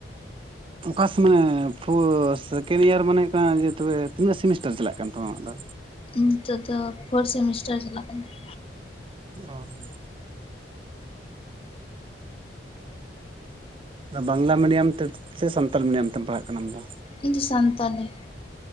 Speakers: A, on the right; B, on the left.
A: ᱚᱠᱟ <unintelligible> ᱥᱮᱠᱮᱱᱰ ᱤᱭᱟᱨ ᱢᱟᱱᱮ ᱠᱟᱱᱟ ᱡᱮ ᱛᱚᱵᱮ ᱛᱤᱱᱟᱹᱜ ᱥᱮᱢᱤᱥᱴᱟᱨ ᱪᱟᱞᱟᱜ ᱠᱟᱱ ᱛᱟᱢᱟ ᱟᱢᱟᱜ ᱫᱚ?
B: ᱱᱤᱛᱚᱜ ᱫᱚ ᱯᱷᱳᱨ ᱥᱮᱢᱤᱥᱴᱟᱨ ᱪᱟᱞᱟᱜ ᱠᱟᱱᱟ ᱾
A: ᱚ ᱾ ᱵᱟᱝᱞᱟ ᱢᱤᱰᱤᱭᱟᱢ ᱛᱮ ᱥᱮ ᱥᱟᱱᱛᱟᱞ ᱢᱤᱰᱤᱭᱟᱢ ᱛᱮᱢ ᱯᱟᱲᱦᱟᱜ ᱠᱟᱱᱟᱢ ᱟᱢ ᱫᱚ?
B: ᱤᱧ ᱫᱚ ᱥᱟᱱᱛᱟᱞᱤ ᱾